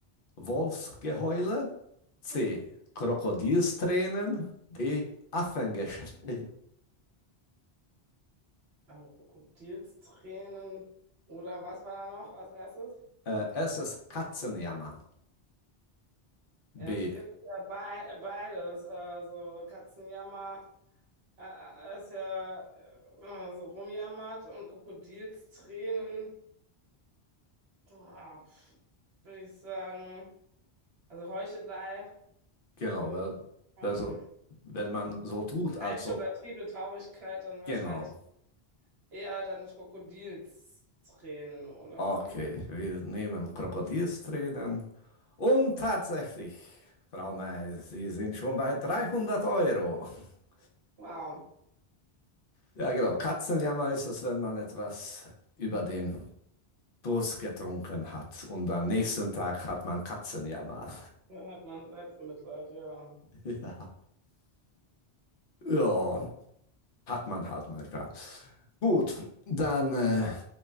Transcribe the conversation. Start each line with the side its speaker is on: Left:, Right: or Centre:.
Left: Wolfsgeheule.
Right: <laughs>
Left: C.
Right: Mhm.
Left: Krokodilstränen. D. Affengeschrei.
Right: Also Krokodilstränen. Oder was war da noch als erstes?
Left: Äh, es ist Katzenjammer.
Right: Ja,
Left: B.
Right: es gibt ja bei, beides. Also Katzenjammer äh, äh, ist ja äh, äh, so rumjammert und Krokodilstränen. Ah, pf, würde ich sagen. Also Heuchelei
Left: Genau.
Right: und,
Left: weil-
Right: und
Left: Also, wenn man so tut, als
Right: falsche
Left: ob.
Right: übertriebene Traurigkeit dann wahrscheinlich.
Left: Genau.
Right: eher dann Krokodilstränen, oder?
Left: Okay, wir nehmen Krokodilstränen. Und tatsächlich, Frau May, Sie sind schon bei 300 Euro. <laughs>
Right: Wow.
Left: Ja, genau. Katzenjammer ist es, wenn man etwas über den Durst getrunken hat. Und am nächsten Tag hat man Katzenjammer.
Right: Dann hat man Selbstmitleid, ja.
Left: <laughs> Ja. Ja, hat man halt manchmal. Gut, dann. Äh,